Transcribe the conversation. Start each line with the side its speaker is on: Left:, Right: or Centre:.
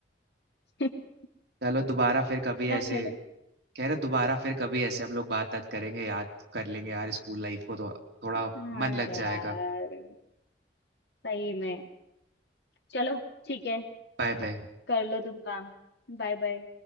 Left: <laughs>
Right: चलो दोबारा फिर कभी
Left: कहाँ
Right: ऐसे
Left: चले
Right: कह रहे दोबारा फिर कभी ऐसे हम लोग बात बात करेंगे याद कर लेंगे यार स्कूल लाइफ को तो थोड़ा
Left: हाँ
Right: मन लग
Left: यार
Right: जाएगा
Left: सही में चलो ठीक है
Right: Bye bye
Left: कर लो तुम काम Bye bye